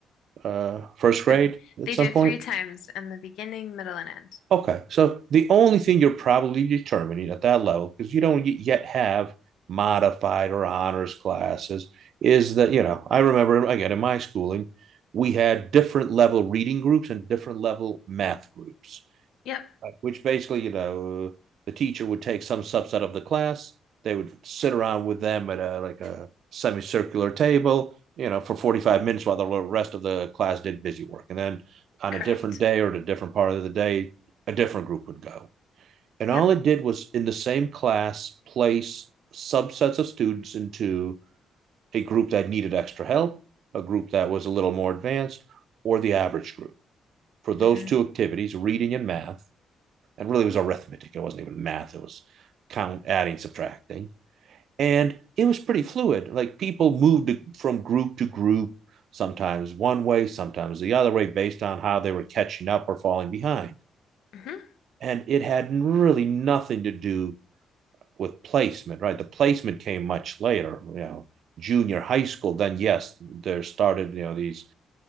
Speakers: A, on the right; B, on the left.
A: uh, first
B: The
A: grade at
B: they
A: some
B: do
A: point.
B: three times in the beginning, middle, and end.
A: Okay, so the only thing you're probably determining at that level, because you don't yet have modified or honors classes, is that, you know, I remember again in my schooling, we had different level reading groups and different level math groups.
B: Yep,
A: Right. which basically, you know, the teacher would take some subset of the class. They would sit around with them at a like a semicircular table, you know, for 45 minutes while the rest of the class did busy work. And then on
B: correct.
A: a different day or at a different part of the day, a different group would go. And
B: Yep.
A: all it did was in the same class place subsets of students into a group that needed extra help, a group that was a little more advanced, or the average group. For those
B: hmm
A: two activities, reading and math, and really it was arithmetic. It wasn't even math. It was count, adding, subtracting, and it was pretty fluid. Like people moved from group to group, sometimes one way, sometimes the other way, based on how they were catching up or falling behind.
B: hmm
A: And it had really nothing to do with placement, right? The placement came much later, you know, junior high school. Then yes, there started, you know, these